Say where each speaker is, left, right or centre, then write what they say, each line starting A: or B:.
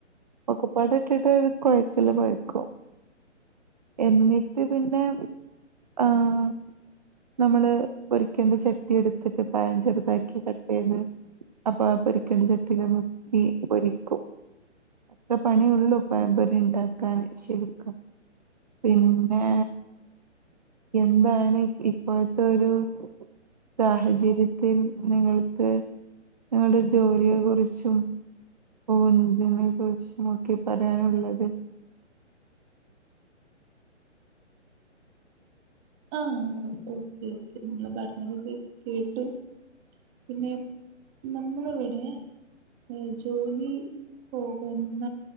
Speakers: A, on the right; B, on the right.
A: ഒക്കെപ്പാടെ ഇട്ടിട്ട് കൊയത്ത്ല് കൊയക്കും. എന്നിട്ട് പിന്നെ ആഹ് നമ്മള് പൊരിക്കേണ്ട ചട്ടി എട്ത്തിട്ട് പയം ചെറ്താക്കി കട്ടെയ്ത് അപ്പൊ ആ പൊരിക്കേണ്ട ചട്ടീല് മുക്കി പൊരിക്കും. അത്ര പണിയേ ഇള്ളൂ. പഴംപൊരി ഇണ്ടാക്കാന് ശരിക്കും. പിന്നേ, എന്താണ് ഇപ്പോ ത്തെ ഒരു സാഹചര്യത്തിൽ നിങ്ങൾക്ക് നിങ്ങൾടെ ജോലിയെ കുറിച്ചും <inaudible> കുറിച്ച് നോക്കെ പറയാനുള്ളത്.
B: ആഹ ഓക്കെ ഓക്കെ ഞാൻ പറഞ്ഞത് കേ കേട്ടു. പിനെ ന്നമ്മളിവടെ. ഏ ജോലി പോകുന്ന